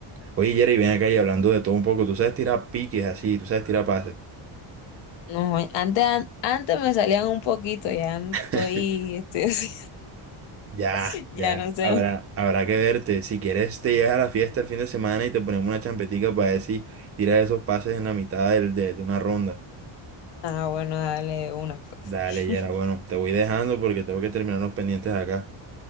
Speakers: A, on the right; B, on the left.
A: Oye, Yera, y ven acá y hablando de todo un poco, tú sabes tirar piques así, tú sabes tirar pases.
B: No, antes, antes me salían un poquito, ya estoy,
A: <laughs>
B: estoy así,
A: Ya,
B: <laughs> ya
A: ya.
B: no sé.
A: Habrá, habrá que verte. Si quieres, te llegas a la fiesta el fin de semana y te ponemos una champetica para ver si tiras esos pases en la mitad del- de, de una ronda.
B: Ah, bueno, dale de una, pues.
A: Dale, Yera.
B: <laughs>
A: Bueno, te voy dejando porque tengo que terminar los pendientes acá.